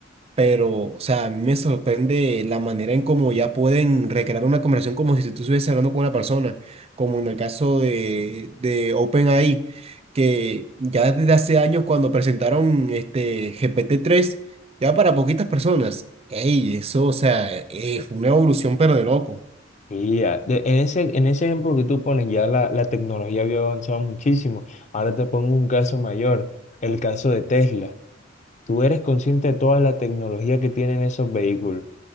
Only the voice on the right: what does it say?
pero, o sea, a mí me sorprende la manera en cómo ya pueden recrear una conversación como si tú estuvieses hablando con una persona, como en el caso de, de OpenAI, que ya desde hace años cuando presentaron este gpt tres ya para poquitas personas, ey, eso, o sea, eh, fue una evolución pero de loco.